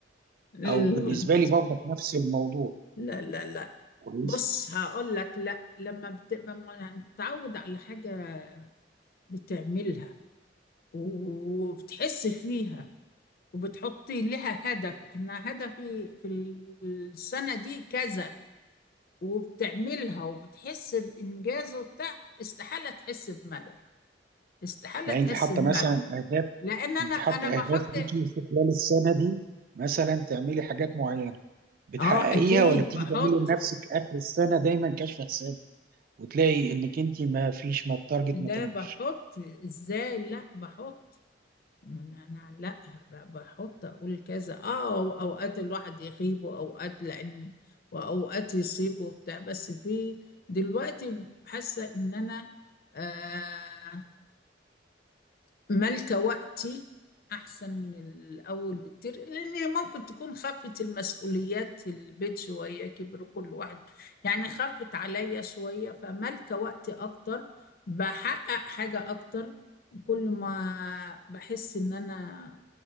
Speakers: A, on the left; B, on the right.
A: ال-
B: او بالنسبه لي برضك نفس الموضوع
A: لا لا لا
B: كويس
A: بص هقول لك لا لما بتبقى متعود على حاجة بتعملها وبتحس فيها وبتحطي لها هدف انها هدفي في السنة دي كذا وبتعملها وبتحس بإنجاز وبتاع استحالة تحس بملل استحالة
B: يعني
A: تحس
B: انت حاطه
A: بملل
B: مثلا اهداف
A: لان انا
B: انت
A: انا
B: حاطه
A: بحط
B: اهداف ليكي في خلال السنه دي مثلا تعملي حاجات معينه بتحققيها
A: اه اكيد
B: ولا بتيجي
A: بحط
B: تعملي لنفسك اخر السنه دايما كشف حساب وتلاقي انك انت ما فيش ما التارجت
A: لا
B: ما تمش
A: بحط ازاي لا بحط ما انا أنا لا ب- بحط اقول كذا اه أو اوقات الواحد يغيب واوقات لان واوقات يصيب وبتاع بس في دلوقتي حاسه ان انا آه ملكة وقتي أحسن من الأول بكتير لأن ممكن تكون خفت المسؤوليات البيت شوية كبر كل واحد يعني خفت عليا شوية فملكة وقتي أكتر بحقق حاجة أكتر كل ما بحس إن أنا